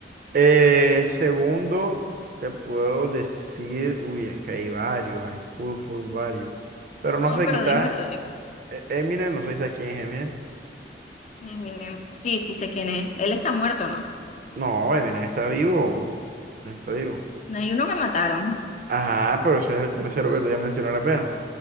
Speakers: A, on the right (about 50°); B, on the left (about 40°).
A: Eh, segundo, te puedo decir, uy, es que hay varios, hay full, full varios. Pero no
B: No,
A: sé,
B: pero
A: quizás
B: dímelo,
A: eh, Eminem, no sé si sabes quién es Eminem.
B: Eminem. Sí, sí sé quién es. Él está muerto, ¿no?
A: No, Eminem está vivo. Eminem Está vivo.
B: No hay uno que mataron.
A: Ajá, pero ese es el tercero que te voy a mencionar apenas.